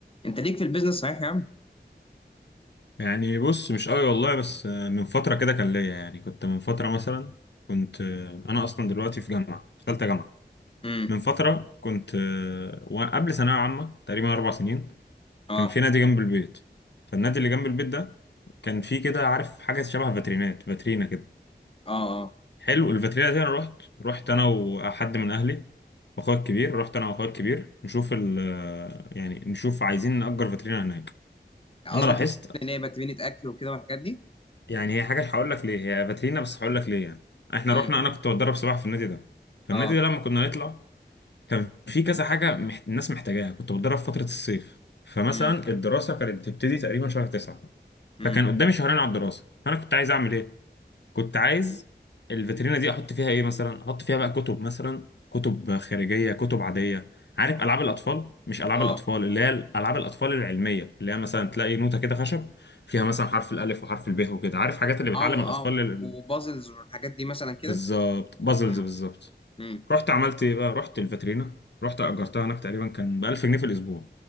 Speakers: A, on the left (about 30°); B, on the left (about 75°).
A: انت ليك في البيزنس صحيح يا عم
B: يعني بص مش قوي والله بس آه، من فترة كده كان ليا يعني كنت من فترة مثلا كنت آه، أنا أصلا دلوقتي في جامعة في تالتة جامعة
A: امم
B: من فترة كنت آه، وقبل ثانوية عامة تقريبا أربع سنين
A: اه
B: كان في نادي جنب البيت فالنادي اللي جنب البيت ده كان في كده عارف حاجة شبه فاترينات فاترينا كده
A: اه اه
B: حلو الفاترينا دي أنا رحت رحت أنا وحد من أهلي وأخويا الكبير رحت أنا وأخويا الكبير نشوف ال آه، يعني نشوف عايزين نأجر فاترينا هناك
A: قصدك
B: أنا لاحظت
A: ان هي بتبني اكل وكده والحاجات دي
B: يعني هي حاجه هقول لك ليه هي فاترينا بس هقول لك ليه يعني احنا
A: امم
B: رحنا انا كنت بتدرب سباحه في النادي ده فالنادي
A: اه
B: ده لما كنا نطلع كان في كذا حاجه مح... الناس محتاجاها كنت بتدرب فتره الصيف فمثلا
A: امم
B: الدراسه كانت بتبتدي تقريبا شهر تسعة
A: امم
B: فكان قدامي شهرين على الدراسه فانا كنت عايز اعمل ايه كنت عايز الفيترينا دي احط فيها ايه مثلا احط فيها بقى كتب مثلا كتب خارجيه كتب عاديه عارف العاب الاطفال مش العاب
A: اه
B: الاطفال اللي هي العاب الاطفال العلميه اللي هي مثلا تلاقي نوته كده خشب فيها مثلا حرف الالف وحرف الب وكده عارف حاجات اللي بتعلم
A: او
B: الاطفال
A: او
B: ال-
A: وبازلز والحاجات دي مثلا كده
B: بالظبط بازلز
A: امم
B: بالظبط
A: امم
B: رحت عملت ايه بقى رحت الفيترينا رحت اجرتها هناك تقريبا كان ب 1000 جنيه في الاسبوع